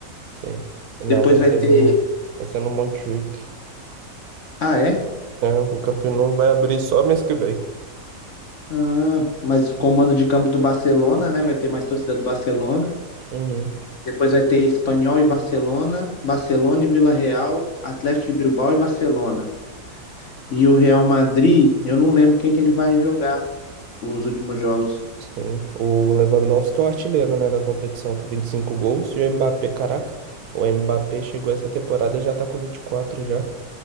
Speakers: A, on the right (about 65°); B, on the left (about 55°).
A: Sim. Não,
B: Depois
A: vai
B: vai
A: ser
B: ter.
A: no, vai ser no Montjuic,
B: Ah, é?
A: né? O Campeonato vai abrir só mês que vem.
B: Ah, mas com o mando de campo do Barcelona, né? Vai ter mais torcida do Barcelona.
A: Uhum.
B: Depois vai ter Espanhol e Barcelona, Barcelona e Vila Real, Atlético de Bilbao e Barcelona. E o Real Madrid, eu não lembro quem que ele vai jogar os últimos jogos.
A: Sim, o Lewandowski é o artilheiro, né, da competição com 25 gols e o Mbappé, caraca, o Mbappé chegou essa temporada já tá com 24 já.